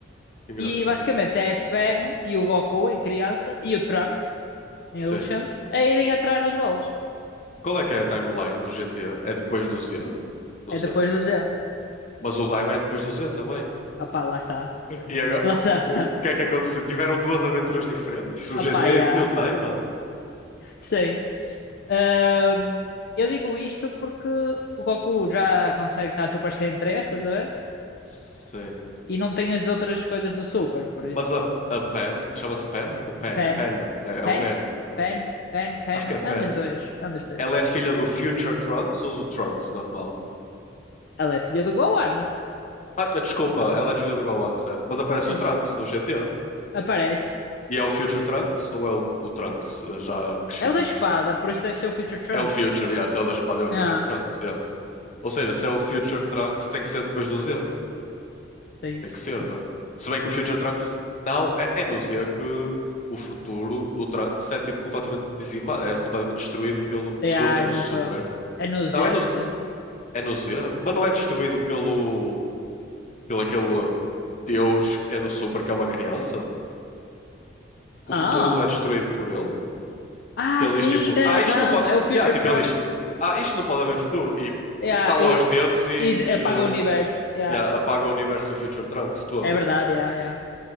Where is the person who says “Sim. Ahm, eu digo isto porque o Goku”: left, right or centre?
Left